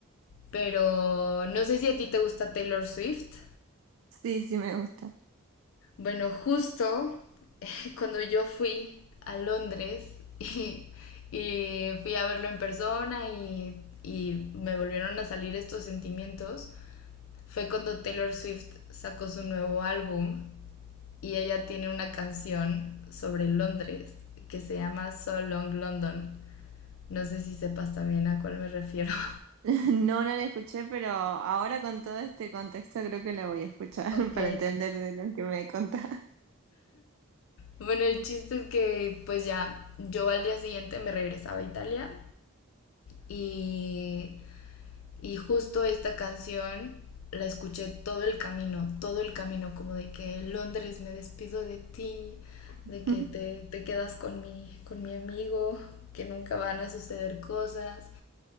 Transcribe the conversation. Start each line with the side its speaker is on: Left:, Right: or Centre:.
Left: Pero no sé si a ti te gusta Taylor Swift.
Right: Sí, sí me gusta.
Left: Bueno, justo <laughs> cuando yo fui a Londres <laughs> y, y fui a verlo en persona y, y me volvieron a salir estos sentimientos, fue cuando Taylor Swift sacó su nuevo álbum y ella tiene una canción sobre Londres que se llama So Long London. No sé si sepas también a cuál me refiero. <laughs>
Right: <laughs> No, no la escuché, pero ahora con todo este contexto creo que la voy a escuchar <laughs>
Left: Ok.
Right: para entender de lo que me contás.
Left: Bueno, el chiste es que pues ya yo al día siguiente me regresaba a Italia y, y justo esta canción la escuché todo el camino, todo el camino, como de que Londres me despido de ti, de que
Right: <laughs>
Left: te, te quedas con mi, con mi amigo, que nunca van a suceder cosas.